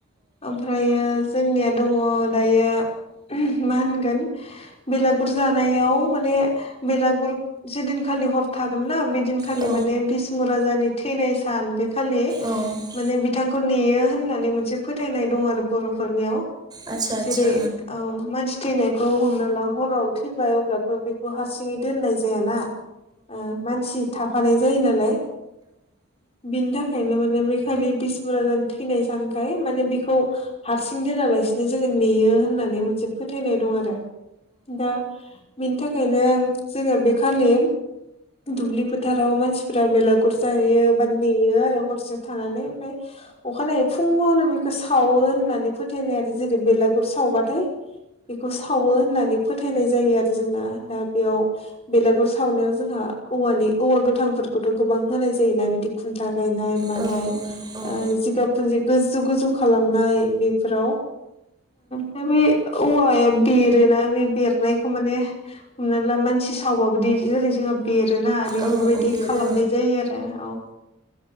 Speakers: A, on the left; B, on the right.
A: ओमफ्रायो जोंनिया दङ दायो मा होनगोन बेलागुर जानायाव माने बेलागुर जेदिनखालि हर थागोनना बेदिनखालि
B: औ
A: माने बिष्णु राजानि थैनाय सान बे खालि
B: औ
A: माने बिथांखौ नेयो होननानै मोनसे फोथायनाय दं आरो बर'फोरनियाव
B: आतसा
A: जेरै औ मानसि थैनायखौ हमना ला हराव थैबाय अब्लाथ बेखौ हारसिङै दोननाय जायाना ओ मानसि थाफानाय जायो नालाय बिनि थाखायनो माने बे खालि बबिष्णु राजानि जानो थैनाय जानखाय माने बेखौ हारसिं दोनालासिनो जोङो नेयो होननानै मोनसे फोथायनाय दं आरो। दा बेनि थाखायनो जोङो बे खालि दुब्लि फोथाराव मानसिफोरा्रा बेलागुर जाहैयो बा नेयो आरो हरसे थानानै ओमफ्राय अखानायै फुङावनो बेखौ सावो होननानै फोथायनाय आरो जेरै बेलागुर सावबाथाय बेखौ सावो होननानै फोथायनाय जायो आरो जोंना बेयाव बेलागर सावनायाव जोंहा औवानि औवा गोथांफोरखौथ' गोबां होनाय जायोना बिदि खुन्था गायनाय मानाय
B: औ औ
A: जिगाबफोरुन्जि गोजौ गोजौ खालामनाय बेफोराव। दा बे औवाया बेरोना बे बेरनायखौ माने हमनानै ला मानसि सावबाबोदि जेरै जोंहा बेरोना
B: औ
A: बेफोरबायदि
B: औ बेरो
A: खालामनाय जायो आरो औ।